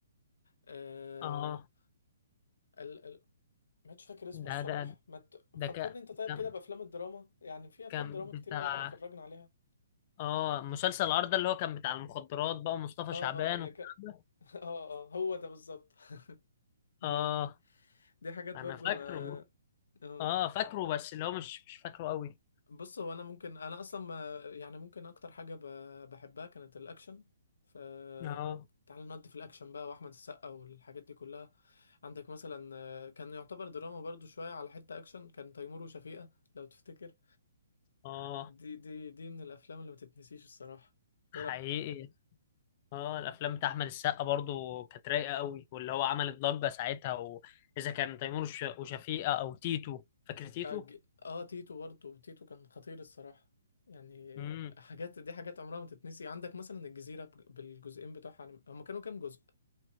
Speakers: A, on the left; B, on the left.
A: آه
B: اه
A: ال... ال... مش فاكر اسمه
B: ده
A: الصراحة
B: ده
A: ما ت...
B: ده
A: فكرني
B: ك...
A: انت طيب
B: كان
A: كده بافلام الدراما يعني في افلام
B: كان
A: دراما
B: بتاع
A: كتير قوي احنا اتفرجنا عليها
B: اه مسلسل العار ده اللي هو كان بتاع المخدرات بقى ومصطفى
A: اه
B: شعبان
A: اه اللي
B: والكلام
A: كان
B: ده
A: <laughs> اه اه هو ده بالظبط <laughs>
B: اه
A: دي حاجات
B: انا
A: برضو
B: فاكره
A: ما اه
B: اه فاكره بس اللي هو مش مش فاكره قوي
A: بص هو انا ممكن انا اصلا ما- يعني ممكن اكتر حاجه ب- بحبها كانت الاكشن ف
B: اه
A: تعال نودي في الاكشن بقى واحمد السقا والحاجات دي كلها عندك مثلا آه، كان يعتبر دراما برضو شويه على حته اكشن كان تيمور وشفيقة لو تفتكر
B: اه
A: دي دي دي من الافلام اللي ما تتنسيش الصراحه
B: حقيقي
A: ايه رايك
B: اه الافلام بتاع احمد السقا برضو كانت رايقه قوي واللي هو عمل ضجه ساعتها واذا كان تيمور وش- وشفيقه او تيتو فاكر تيتو
A: أج... اه تيتو برضو تيتو كان خطير الصراحه يعني
B: مم.
A: حاجات دي حاجات عمرها ما تتنسي عندك مثلا الجزيره بج- بالجزئين بتوعها هم كانوا كام جزء